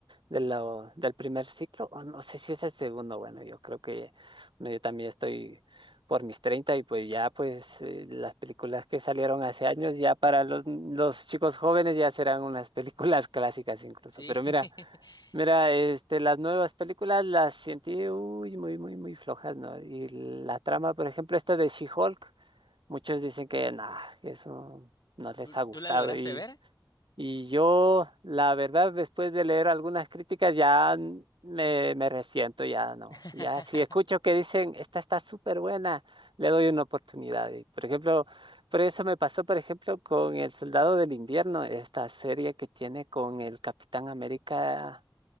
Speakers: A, on the right; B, on the left.
A: de lo, del primer ciclo, o no sé si es el segundo, bueno, yo creo que bueno, yo también estoy por mis 30 y pues ya pues eh, las películas que salieron hace años ya para los, los chicos jóvenes ya serán unas <laughs> películas clásicas incluso,
B: Sí.
A: pero
B: <laughs>
A: mira, mira, este, las nuevas películas las sentí uy, muy, muy, muy flojas, ¿no? Y la trama, por ejemplo, esta de She-Hulk, muchos dicen que nada, eso no les
B: ¿Tú,
A: ha gustado
B: tú la lograste
A: y...
B: ver?
A: Y yo, la verdad, después de leer algunas críticas, ya n- me, me resiento, ya no.
B: <laughs>
A: Ya si escucho que dicen, esta está súper buena, le doy una oportunidad. Y, por ejemplo, por eso me pasó, por ejemplo, con El Soldado del Invierno, esta serie que tiene con el Capitán América,